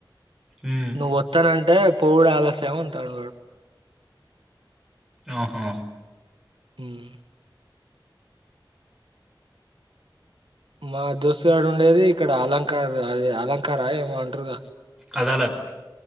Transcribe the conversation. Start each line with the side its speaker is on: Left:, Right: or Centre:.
Centre: ఉమ్,
Right: నువ్వు వతనంటే పోవుడే ఆలస్యం అంటండువాడు
Centre: ఓహో
Right: ఉమ్ మా దోస్తుగాడు ఉండేది ఇక్కడ అలంకారా అది అలంకార ఏమో అంటారుగా
Centre: అదాలత్